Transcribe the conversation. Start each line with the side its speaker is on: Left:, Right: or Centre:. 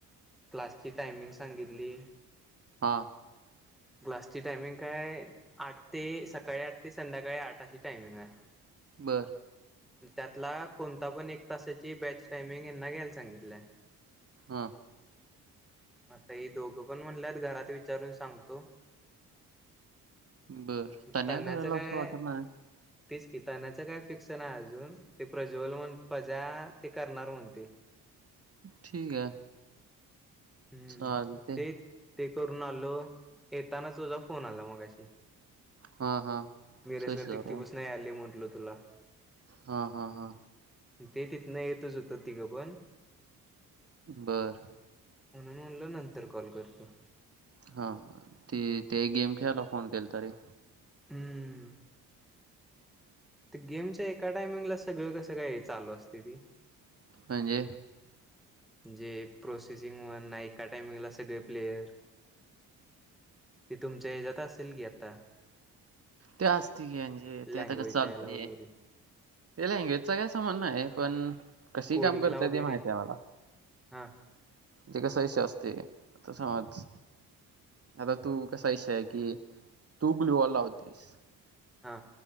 Centre: क्लासची टायमिंग सांगितली.
Right: हा.
Centre: क्लासची टायमिंग काय आठ ते सकाळी आठ ते संध्याकाळी आठ अशी टायमिंग आहे.
Right: बर.
Centre: त्यातला कोणता पण एक तासाची बॅच टाइमिंग यांना घ्यायला सांगितलंय.
Right: हा.
Centre: आता हे दोघं पण म्हणल्यात घरात विचारून सांगतो.
Right: बर तन्या
Centre: तण्याचं
Right: करल
Centre: काय
Right: असं वाटत नाही.
Centre: तेच की तण्याचं काय फिक्स नाही अजून ते प्रज्वल म्हण पजा ते करणार म्हणतेय.
Right: ठीक आहे.
Centre: हम्म
Right: चालतय.
Centre: ते ते करून आलो येताना सुद्धा तुझा फोन आला मगाशी
Right: हा हा
Centre: मिरज
Right: सशी
Centre: टिकटी
Right: आहे
Centre: बस नय आली म्हटल तुला
Right: हा हा हा.
Centre: ते तिथनं येतच होतं तिघं पण.
Right: बर
Centre: म्हणून म्हणलं नंतर कॉल करतो.
Right: हा ती ते गेम खेळायला फोन केलता रे
Centre: हम्म. गेमच्या एका टायमिंगला सगळं कसं काय चालू असतय ते
Right: म्हणजे?
Centre: जे प्रोसेसिंग म्हण नाही एका टायमिंगला सगळे प्लेयर ते तुमच्या ह्याज्यात असल की आत्ता.
Right: ते असतय की म्हणजे
Centre: लँग्वेजच्या
Right: ते आता कस चालतय
Centre: याला वगैरे
Right: ते लँग्वेजचा काही संबध नाही पण कशी
Centre: कोडिंगला
Right: काम करतिया
Centre: वगैरे
Right: ते माहती आहे मला.
Centre: <inaudible>
Right: जे कस विषय असतय आता समज आता तू कसा इषय आहे कि तू ग्लुवा लावतेस.
Centre: हा.